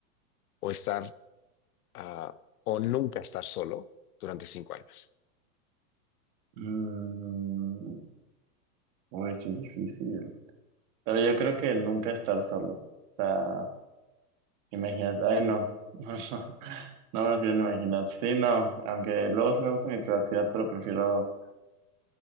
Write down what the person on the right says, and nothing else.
Mm, uy, eso es difícil. Pero yo creo que nunca estar solo. O sea, Imagínate, ay no, <laughs> no, no, no me lo quiero ni imaginar. Sí, no, aunque luego sí me gusta mi privacidad, pero prefiero